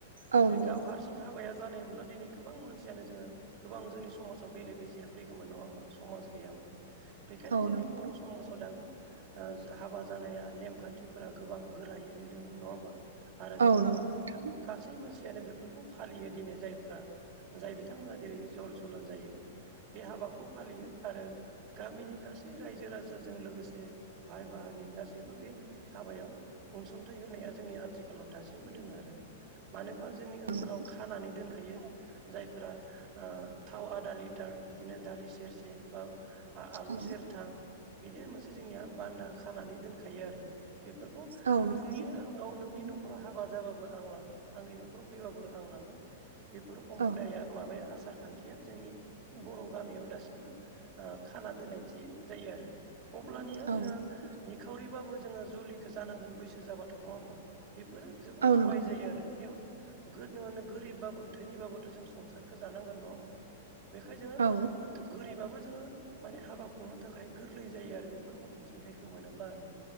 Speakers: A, on the right (about 75°); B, on the right (about 45°).
A: औ
B: जुदि
A: नंगौ
B: गाव हारसिं हाबाया जानाय हब्ला दिनै गोबां मानसियानो जोङो गोबां जोंनि समाजाव बेले बेजेया फैगौमोन नङा होमबा समाज गैयामोनबा बेखायनो
A: औ
B: जोंनि
A: नंगौ
B: बर' समाजाव दाबो हाबा जानाया नेमखान्थिफोरा गोबां गोरायैनो दोङो नङा होमबा आरो जोङो
A: औ नंगौ नोंथां
B: गासै मानसियानो बेफोरखौ फालियो दिनै जायफोरा जाय बिथांमोना जेरै जर जलन जायो बे हाबाखौ फालियो आरो गामिनि गासै रायजो राजाजों लोगोसे भाय बाहागि गासैबो बे हाबायाव अनसुंथाइ होनाया जोंनि आथिखालाव दासिमबो दोङो आरो मानो होनबा जोंनि ओनसोलाव
A: नंगौ
B: खानानै दोनखायो जायफोरा ओ थाव आधा लिटार बिदिनो दालि सेरसे बा आलु
A: औ
B: सेरथाम बिदिनो मोनसे जोंनिया बान्दा खानानै दोनखायो आरो बेफोरखौ
A: औ नंगौ
B: नोंनि औ नोंनि न'खराव हाबा जाबाबो आं लांगोन आंनि न'खराव फैबाबो आं लांगोन बेफोरखम
A: औ
B: हुदाया माबाया आसार खान्थिया जोंनि बर' गामियाव दासिमबो खाना दोननायथि जायो आरो अब्लानिया
A: औ
B: जोङो
A: नंगौ
B: निखावरिबाबो जोङो जुलिखौ जानांगोन बैसो जाबाथ' नङा होमबा बेफोरो जोबोर
A: औ
B: सहाय
A: नंगौ नोंथां
B: जायो आरो बेयाव गोरिबबाबो धोनिबाबोथ' जों संसारखौ जानांगोन नङा होमबा बेखाय जोङो
A: औ
B: गोरिबाबो जोङो माने हाबा खुंनो थाखाय गोरलै जायो आरो बेफोरखौ अनसुंथाइखौ मोनोब्ला आरो